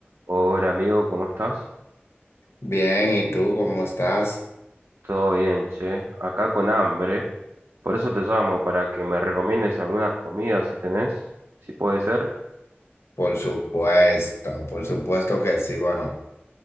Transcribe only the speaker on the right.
Hola amigo, ¿cómo estás?
Todo bien, che. Acá con hambre. Por eso te llamo, para que me recomiendes algunas comidas si tenés, si puede ser.